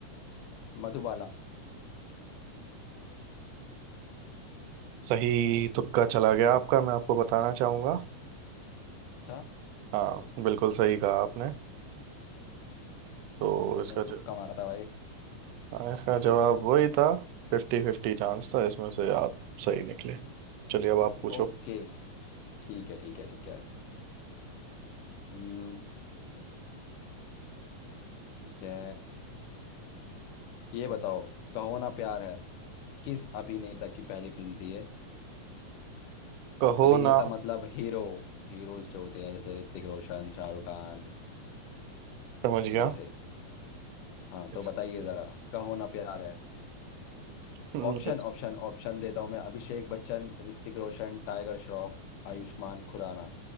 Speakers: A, on the left; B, on the right.
A: मधुबाला
B: सही तुक्का चला गया आपका मैं आपको बताना चाहूंगा
A: अच्छा
B: हाँ बिल्कुल सही कहा आपने तो
A: इसमें
B: इसका
A: तो मैंने तुक्का
B: ज...
A: मारा था भाई
B: हाँ, इसका जवाब वही था फिफ्टी फिफ्टी चांस था इसमें से आप सही निकले चलिए अब आप
A: ओ-
B: पूछो
A: ओके ठीक है ठीक है ठीक है हम्म ठीक है ये बताओ कहो ना प्यार है किस अभिनेता की पहली फिल्म थी ये
B: कहो
A: अभिनेता
B: ना
A: मतलब हीरो हीरोज जो होते हैं जैसे ऋतिक रोशन शाहरुख खान
B: समझ गया
A: ऐसे हाँ
B: इस
A: तो बताइए जरा Kaho Naa Pyaar Hai
B: ऑप्शन
A: Option option option देता हूँ मैं अभिषेक बच्चन ऋतिक रोशन टाइगर श्रॉफ आयुष्मान खुराना